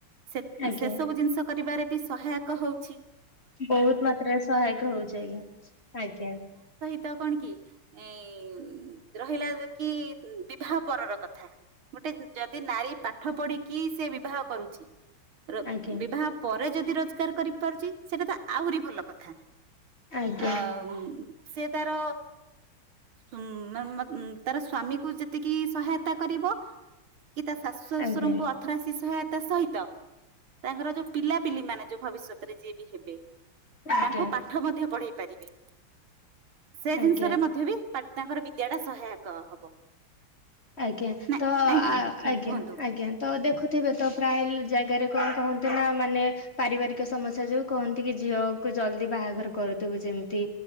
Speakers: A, on the right; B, on the left.
A: ସେ
B: ଆଜ୍ଞା
A: ସେ ସବୁ ଜିନିଷ କରିବାରେ ବି ସହାୟକ ହୋଉଛି।
B: ବୋହୁତ ମାତ୍ରାରେ ସହାୟକ ହୋଉଛି ଆଜ୍ଞା ଆଜ୍ଞା।
A: ତ କଣ କି ଏଁ ରହିଲା କି ବିବାହ ପରର କଥା ଗୋଟେ ଯ ଯଦି ନାରୀ ପାଠ ପଢି କି ସେ ବିବାହ କରୁଛି
B: ଆଜ୍ଞା
A: ର ବିବାହ ପରେ ଯଦି ରୋଜଗାର କରିପାରୁଚି ସେଇଟା ତ ଆହୁରି ଭଲ କଥା
B: ଆଜ୍ଞା
A: ଅ ଉଁ ସେ ତାର ତାର ଉମ୍ ମାନେ ମ ତାର ସ୍ଵାମୀକୁ ଯେତିକି ସହାୟତା କରିବ କି ତା ଶାଶୁ ଶଶୁରଙ୍କୁ
B: ଆଜ୍ଞା
A: ଅର୍ଥରାଶି ସହାୟ ତା ସହିତ ତାଙ୍କର ଯୋଉ ପିଲାପିଲି ମାନେ ଯୋଉ ଭବିଷ୍ୟ ରେ ଯିଏ ବି ହେବେ
B: ଆଜ୍ଞା
A: ତାଙ୍କୁ ପାଠ ମଧ୍ୟ ପଢେଇ ପାରିବେ। ସେ
B: ଆଜ୍ଞା
A: ଜିନିଷରେ ମଧ୍ୟ ବି ପା ତାଙ୍କର ବିଦ୍ୟା ଟା ସହାୟକ ହବ।
B: ଆଜ୍ଞା
A: ନା
B: ତ
A: ନାଇଁ କି
B: ଆ
A: ହୁଁ
B: ଆଜ୍ଞା
A: କୁହନ୍ତୁ
B: ଆଜ୍ଞା ତ ଦେଖୁଥିବେ ତ ପ୍ରାୟ ଜାଗାରେ କଣ କହନ୍ତି ନା ମାନେ ପାରିବାରିକ ସମସ୍ୟା ଯୋଉ କୁହନ୍ତି କି ଝିଅ କୁ ଜଲଦି ବାହାଘର କରୁଦବୁ ଯେମିତି